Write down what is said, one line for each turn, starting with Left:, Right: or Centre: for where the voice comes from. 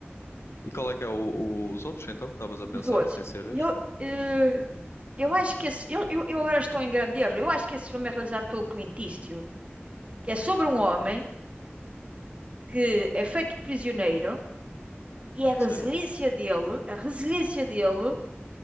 Left: E qual é que é o- o- os outros, então, que estavas a pensar,
Right: Os outros.
Left: sem ser este?
Right: Eu, eh, eu acho que esse. Eu, eu, eu agora estou em grande erro. Eu acho que esse filme é realizado pelo Clint Eastwood, que é sobre
Left: Hum.
Right: um homem que é feito prisioneiro e a resiliência
Left: Sim.
Right: dele, a resiliência dele